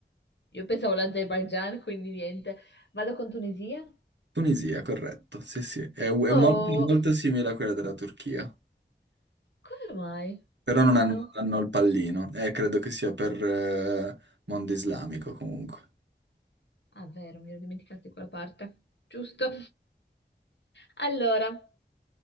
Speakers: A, on the left; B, on the right.
A: Io pensavo l'Azerbaigian, quindi niente. Vado con Tunisia?
B: Tunisia, corretto. Sì, sì. È, è molto,
A: Oh,
B: molto simile a quella della Turchia.
A: come mai?
B: Però non
A: Strano.
B: hanno, hanno il pallino. Eh, credo che sia per eh, mondo islamico comunque.
A: Ah, vero, mi ero dimenticato di quella parte. Giusto. Allora,